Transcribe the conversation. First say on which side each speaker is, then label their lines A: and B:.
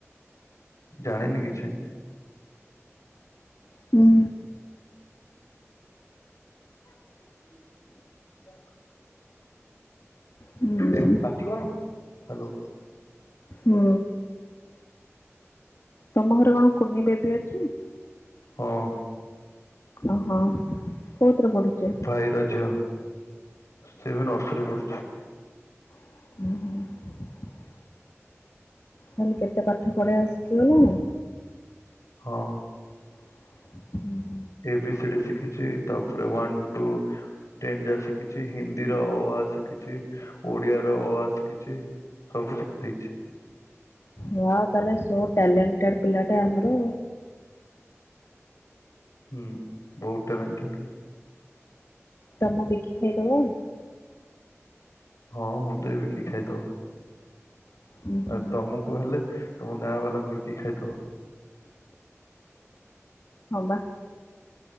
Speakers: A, on the left; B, on the left.
A: ଜାଣିନି କିଛି
B: ହୁଁ
A: <inaudible>
B: ହୁଁ
A: ଏ ପାଟି କଣ? ହାଲୋ
B: ହୁଁ ତମ ଘରେ କଣ କୁନି ଵେବି ଅଛି? <inaudible>
A: ହଁ
B: ଓହୋ। କୋଉଥିରେ ପଢୁଛି?
A: ଭାଇର ଝିଅ। ସେ ଏବେ ନର୍ସରୀ ପଢୁ
B: ହୁଁ ତାହେଲେ କେତେ ପାଠ ପଢେଇ ବା ଶିଖି ଗଲୁଣୀ
A: ହଁ
B: ହୁଁ
A: ଏ ବି ସି ଡି ଶିଖିଛି ତାପରେ ୱାନ୍, ଟୁ, ଟେନ୍ ଯାଏ ଶିଖିଛି। ହିନ୍ଦୀ ର ଅ ଆ ଶିଖିଛି। ଓଡ଼ିଆ ର ଅ ଆ ଶିଖିଛି। ସବୁ ଶିଖି ଦେଇଛି।
B: ହଁ ଆଉ ତାହେଲେ ସୋ ଟ୍ୟାଲେଣ୍ଟେଡ୍ ପିଲାଟେ ଆମର।
A: ହୁଁ ବୋହୁତ୍ ଟାଲେଣ୍ଟଡ୍
B: ତମ ବିକି ଖାଇଦବ
A: ହଁ ମୋତେ ବିକି ଖାଇଦଵ।
B: ଉଁ ହୁଁ
A: ଆଉ ତମକୁ ହେଲେ ତମ ଗାଁ ବାଲାଙ୍କୁ ବିିକି ଖାଇଦବ।
B: ହବା,